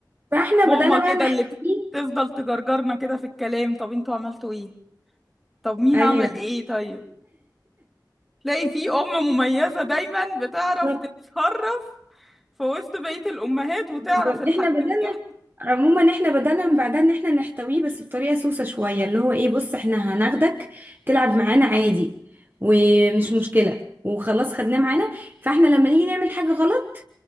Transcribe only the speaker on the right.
فاحنا
بدأنا بقى
نحتويه
ايوه
بالظبط
بالظبط
احنا بدأنا عموما احنا بدأنا من بعدها ان احنا نحتويه بس بطريقة سوسة شوية اللي هو ايه بص احنا هناخدك تلعب معانا عادي ومش مشكلة وخلاص خدناه معانا فاحنا لما نيجي نعمل حاجة غلط